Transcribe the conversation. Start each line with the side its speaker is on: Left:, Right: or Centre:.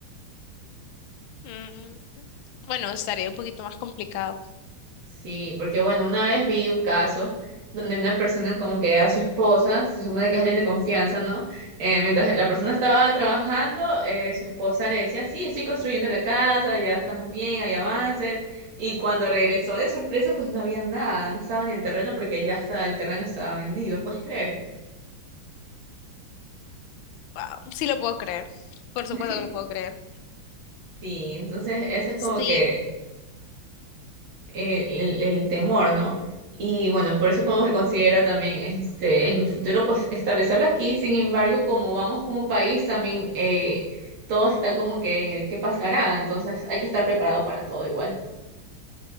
Left: Mm, Bueno, estaría un poquito más complicado.
Right: Sí, porque bueno, una vez vi un caso donde una persona como que a su esposa, se supone que es alguien de confianza, ¿no? Eh, mientras la persona estaba trabajando, eh, su esposa le decía, sí, estoy construyendo la casa, ya estamos bien, hay avances. Y cuando regresó de sorpresa, pues no había nada, no estaba ni el terreno porque ya está, el terreno estaba vendido, ¿puedes creer?
Left: Wow, sí lo puedo creer. Por supuesto
Right: <laughs>
Left: que lo puedo creer.
Right: Sí, entonces eso es
Left: Sí.
Right: como que eh, el, el temor, ¿no? Y bueno, por eso como que considero también este, en mi futuro pues establecerlo aquí, sin embargo, como vamos como país también eh, todo está como que en el qué pasará, entonces hay que estar preparado para todo igual.